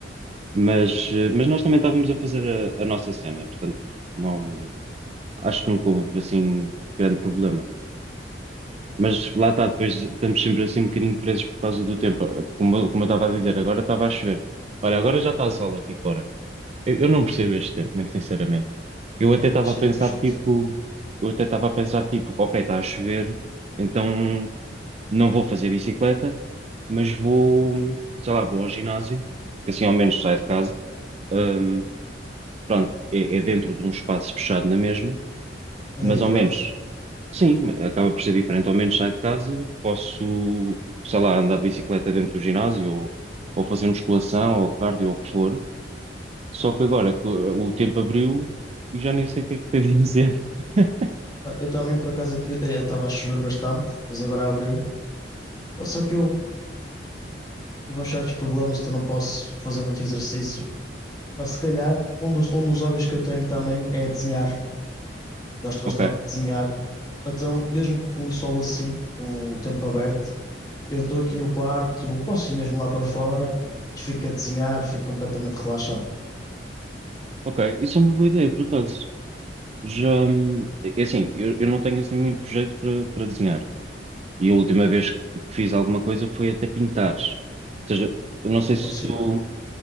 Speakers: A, on the right; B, on the left.
A: Mas, eh, mas nós também estávamos a fazer a, a nossa cena, portanto, não, acho que nunca houve assim grande problema. Mas lá está, depois estamos sempre assim um bocadinho presos por causa do tempo. Eh, Como, como eu estava a dizer, agora estava a chover. Olha, agora já está a sol aqui fora. Eu, eu não percebo este tempo, muito sinceramente. Eu até
B: <laughs>
A: estava
B: Achei
A: a pensar
B: meio chato.
A: tipo, eu até estava a pensar tipo, ok, está a chover, então não vou fazer bicicleta, mas vou, sei lá, vou ao ginásio, que assim ao menos saio de casa. Hum, Pronto, é, é dentro de um espaço fechado na mesma,
B: Mas
A: mas
B: é diferente.
A: ao menos, sim, acaba por ser diferente. Ao menos saio de casa, posso, sei lá, andar de bicicleta dentro do ginásio ou, ou fazer musculação ou cardio ou o que for. Só que agora co- o tempo abriu e já nem sei o que é que tenho de dizer. <laughs>
B: Ah, Eu também, por acaso, aqui eh, estava a chover bastante, mas agora abriu. Ah, Só que eu tive uns certos problemas, então não posso fazer muito exercício. Ah, Se calhar, um dos, um dos hobbies que eu tenho também é desenhar. Gosto bastante
A: Ok,
B: de desenhar. Então, mesmo com o sol assim, com o tempo aberto, eu estou aqui no quarto, ou posso ir mesmo lá para fora e fico a desenhar, fico completamente relaxado.
A: ok. Isso é uma boa ideia, por acaso. Já, hum, é é assim, eu, eu não tenho assim muito jeito para para desenhar. E a última vez que, que fiz alguma coisa foi até pintar. Ou seja, eu não sei
B: Não
A: se
B: consigo.
A: tu.